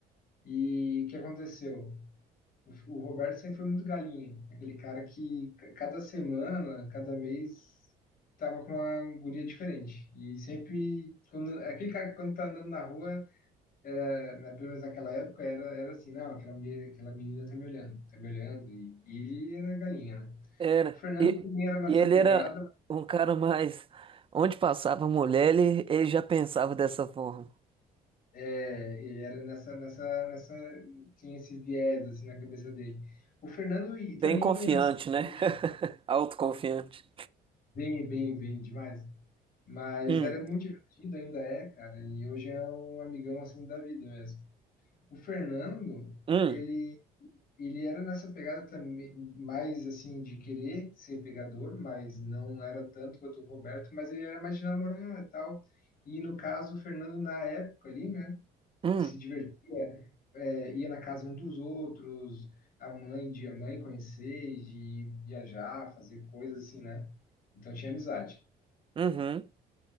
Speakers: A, on the left; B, on the right.
A: E o que aconteceu? O, o Roberto sempre foi muito galinha, aquele cara que ca- cada semana, cada mês, tava com uma guria diferente. E sempre, quando, aquele cara que quando tá andando na rua, eh, na, pelo menos naquela época, era, era assim, não, aquela, mulher- aquela menina tá me olhando, tá me olhando, e, e ele era galinha, né?
B: Era.
A: O Fernando
B: E,
A: também era nessa
B: e ele
A: pegada,
B: era um cara mais. Onde passava mulher, ele, ele já pensava dessa forma.
A: É, ele era nessa, nessa, nessa, tinha esse viés assim na cabeça dele. O Fernando e
B: Bem
A: também
B: confiante,
A: ia nessa
B: né?
A: origem,
B: <laughs> Autoconfiante.
A: bem, bem, bem demais. Mas
B: Hum,
A: era muito divertido, ainda é, cara. E hoje é um amigão assim da vida mesmo. O Fernando,
B: hum,
A: ele, ele era nessa pegada também, mais assim de querer ser pegador, mas não era tanto quanto o Roberto. Mas ele era mais de namorar e tal. E no caso, o Fernando na época ali, né?
B: hum.
A: se divertia, é, é, ia na casa um dos outros, a mãe de a mãe conhecer, de viajar, fazer coisas assim, né? Então tinha amizade.
B: Uhum.